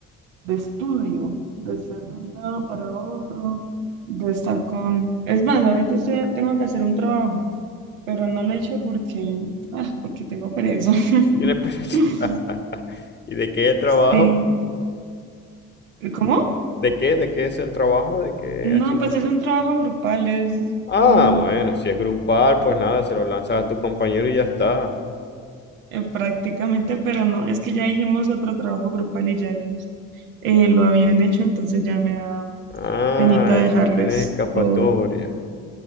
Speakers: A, on the right; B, on the left.
A: de estudio, de estar de un lado para otro, de estar con... Es más, ahorita estoy- tengo que hacer un trabajo, pero no lo he hecho porque, ah, porque tengo pereza.
B: ¿Tienes pereza?
A: <laughs>
B: <laughs> ¿Y de qué el trabajo?
A: Sí. ¿Cómo?
B: ¿De qué? ¿De qué es el trabajo? ¿De qué
A: No,
B: asignatura?
A: pues es un trabajo grupal, es
B: Ah,
A: mm,
B: bueno, si es grupal, pues nada, se lo lanzas a tu compañero y ya está.
A: eh, prácticamente, pero no, es que ya hicimos otro trabajo grupal y ya ellos eh, lo habían hecho, entonces ya me da
B: Ah,
A: penita dejarles
B: ya no tienes escapatoria.
A: todo.